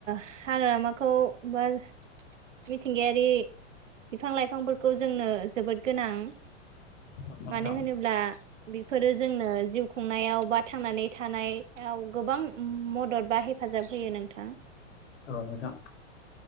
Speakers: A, on the right (about 85°); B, on the left (about 70°).
A: हाग्रामाखौ बा मिथिंगायारि बिफां लाइफांफोरखौ जोंनो जोबोद गोनां-
B: नोंथां
A: मानो होनोब्ला बेफोरो जोंनो जिउ- खुंनायाव बा थांनानै थानायाव गोबां मदद बा हेफाजाब होयो नोंथां।
B: औ नोंथां।